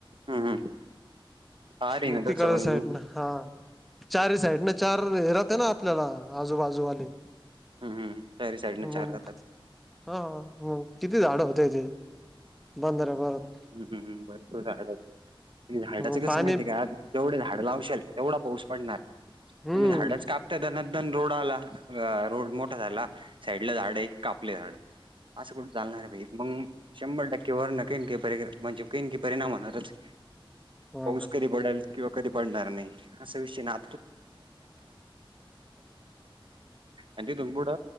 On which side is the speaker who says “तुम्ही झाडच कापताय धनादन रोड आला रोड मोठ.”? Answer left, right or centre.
Right